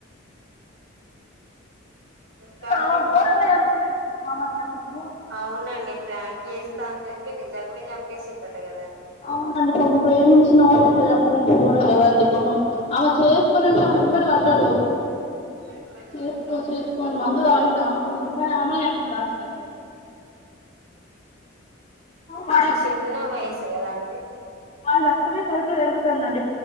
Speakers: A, on the right; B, on the left.
A: ఇంకా అండి
B: ఆమె ఘోరంగా చంపిందండి పాపం ఆమెని అసలు
A: అవునండి ఫ్రాంక్ చేస్తా అని చెప్పి నిజంగానే చంపేసిండట కదండి
B: అవునండి పాపం ప్రేమించినోన్ని అట్లా చంపుడు అంటే గోరంకదండి పాపం ఆమె చేసుకుని అంటే ఆమె వెంబడి పడ్డాడు
A: ఆ
B: చేసుకో చేసుకో అని మందు తాగిండు ఆమె కోసం కానీ లాస్ట్ కత్తి ఆమని చంపిండు వాడి
A: చిన్న వయసు కదా అండి
B: వాడి రక్తమే కడుపులు పెరుగుతుందండి